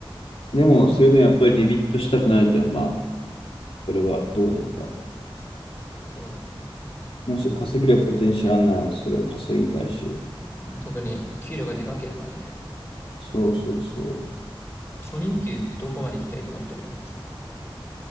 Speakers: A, on the left; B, on the left.
A: でも、それでもやっぱりリミットしたくないじゃん。まあ、それはどうなるか。
B: そうだね。
A: もし稼げるポテンシャルあんなら、それを稼ぎたいし。
B: 特に給料がでかければね。
A: そうそうそ
B: 初任給どこまで行きたいと思ってる